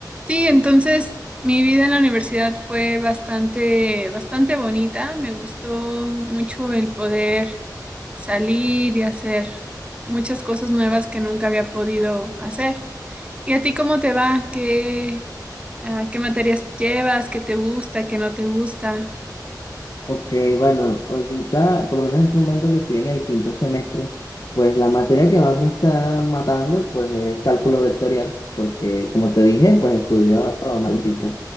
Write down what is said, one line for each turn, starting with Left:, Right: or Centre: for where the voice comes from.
Right: Sí, entonces mi vida en la universidad fue bastante, bastante bonita. Me gustó mucho el poder salir y hacer muchas cosas nuevas que nunca había podido hacer. ¿Y a ti cómo te va? ¿Qué, ah, qué materias llevas? ¿Qué te gusta? ¿Qué no te gusta?
Left: Ok, bueno, ahorita, por lo menos en este momento que estoy en el quinto semestre, pues la materia que más me está matando, pues es cálculo vectorial, porque como te dije, pues estudio matemáticas.